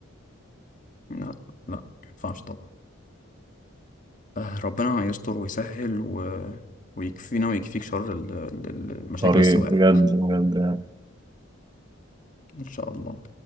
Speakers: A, on the left; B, on the right.
A: لا لا مينفعش طبعا آه، ربنا يستر ويسهل و... ويكفينا ويكفيك شر ال- ال- ال- المشاكل
B: طريق
A: السواقة
B: بجد بجد
A: إن شاء الله